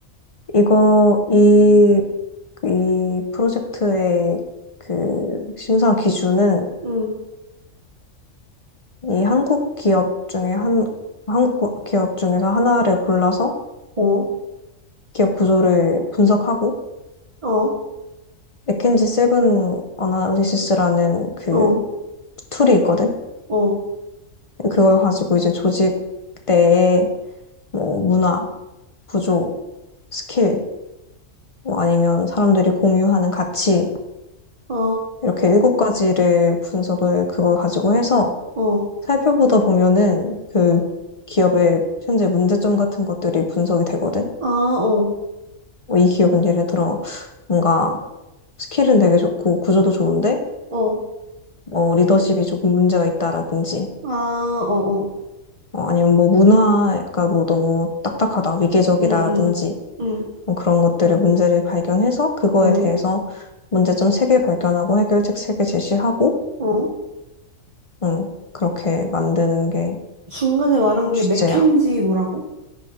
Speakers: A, on the left; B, on the right.
A: 이거 이, 이 프로젝트의 그 심사 기준은
B: 응,
A: 이 한국 기업 중에 한 한국 고- 기업 중에서 하나를 골라서
B: 어,
A: 기업 구조를 분석하고
B: 어,
A: 맥킨지 세븐 어나리시스라는 그
B: 어,
A: 툴이 있거든.
B: 어,
A: 그걸 가지고 이제 조직 내의 뭐 문화, 구조, 스킬, 뭐 아니면 사람들이 공유하는 가치,
B: 아,
A: 이렇게 일곱 가지를 분석을 그걸 가지고 해서
B: 어,
A: 살펴보다 보면은 그 기업의 현재 문제점 같은 것들이 분석이 되거든.
B: 아, 어,
A: 뭐이 기업은 예를 들어 뭔가 스킬은 되게 좋고 구조도 좋은데
B: 어,
A: 뭐 리더십이 조금 문제가 있다라든지
B: 아, 어, 어,
A: 어, 아니면 뭐 문화가 뭐 너무 딱딱하다, 위계적이다라든지
B: 응, 응, 응,
A: 뭐 그런 것들의 문제를 발견해서 그거에
B: 어,
A: 대해서 문제점 세 개 발견하고 해결책 세 개 제시하고
B: 어.
A: 음, 그렇게 만드는 게
B: 중간에 말한 게
A: 주제야.
B: 맥켄지 뭐라고?